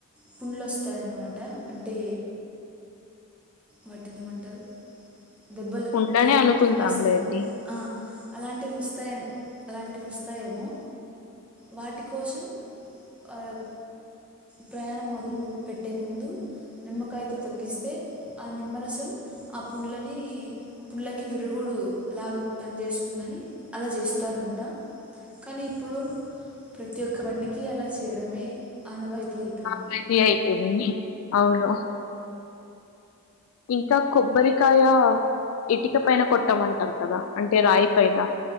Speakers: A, in the centre; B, on the left.
A: పుండ్లు వస్తాయన్నమాట అంటే వాటిని ఏమంటారు దెబ్బలు
B: ఉండనే
A: ఏదో
B: అనుకుందాంలేండి
A: పుండ్లు వస్తాయన్నమాట అలాంటివి వస్తాయ అలాంటివి వస్తాయేమో వాటి కోసం ఆయ్ ప్రయాణం మొదలు పెట్టే ముందు నిమ్మకాయతో తొక్కిస్తే ఆ నిమ్మరసం ఆ పుండ్లని పుండ్లకి విరుగుడు లాగా పనిచేస్తుంది అని అలా చేస్తారంట కానీ ఇప్పుడు ప్రతి ఒక్క బండికి అలా చేయడమే ఆనవాయితీ అయిపోయింది
B: అన్వాయితీ అయిపోయింది అవును ఇంకా కొబ్బరికాయ ఇటుక పైన కొట్టామంటారు కదా అంటే రాయి పైన